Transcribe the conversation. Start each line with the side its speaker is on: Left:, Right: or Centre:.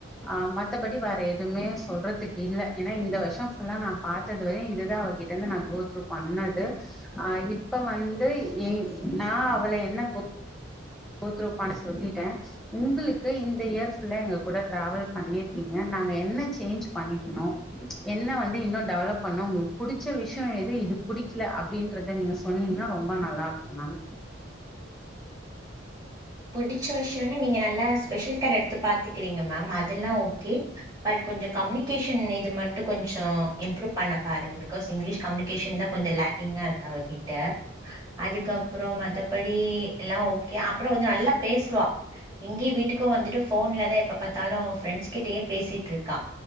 Centre: ஆ மத்தபடி வேற எதுமே சொல்றதுக்கு இல்ல ஏன்னா இந்த வருஷோ ஃபுல்லா நா பாத்தது வரையு இதுதான் அவ கி ட்ட என்ன‌ நா கோத்ரூ பண்ணது அ இப்ப வந்து எ நா அவள என்ன கோ கோத்துரூ பன்ன சொல்லிட்டே உங்களுக்கு இந்த இயர் ஃபுல்லா எங்க கூட டிராவல் பண்ணிருக்கீங்க நாங்க என்ன சேஞ்ச் பண்ணிக்கணு என்ன வந்து இன்னு டெவலப் பண்ணு உங்களுக்கு புடிச்ச விஷயோ எது இது புடிக்கல அப்டின்றத நீங்க சொ ன்னீங்கன்னா ரொம்ப நல்லா இருக்கு மேம்
Right: புடிச்ச விஷயோனா நீங்க நல்லா ஸ்பெஷல் கேர் எடுத்து பாத்துக்கறீங்க மேம் அதெல்லா ஓகே பட் கொஞ்சோ கம்யூனிகேஷன் இது மட்டு கொஞ்சோ இம்ப்ரூவ் பண்ண பாருங்க பிகாஸ் இங்கிலீஷ் கம்யூனி கேஷன் தா கொஞ்சோ லே கிங்கா இருக்கு அவகிட்ட அதுக்கப்புறோ மத்தபடி எல்லா ஓகே அப் புறோ வந்து நல்லா பேசுவா இங்கியு வீட்டுக்கு வந்துட்டு ஃபோன்லதா எப்ப பாத்தாலு ஃப்ரெண்ட்ஸ் கிட்டயே பேசிட்ருக்கா